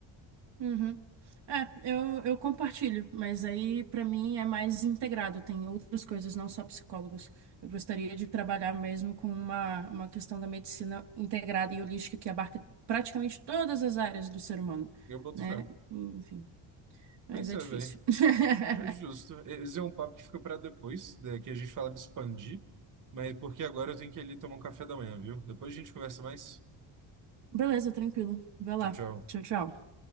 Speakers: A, on the right (about 60°); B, on the right (about 40°).
A: Uhum. É, eu, eu compartilho, mas aí pra mim é mais integrado, tem outras coisas, não só psicólogos. Eu gostaria de trabalhar mesmo com uma, uma questão da medicina integrada e holística que abarca praticamente todas as áreas do ser humano,
B: Eu boto
A: né?
B: fé.
A: Enfim, mas
B: Mas
A: é
B: é,
A: difícil.
B: velho.
A: <laughs>
B: É justo. Esse é um papo que fica para depois, né, que a gente fala de expandir, mas porque agora eu tenho que ir ali tomar um café da manhã, viu? Depois a gente conversa mais.
A: Beleza, tranquilo. Vai
B: Tchau,
A: lá.
B: tchau.
A: Tchau, tchau.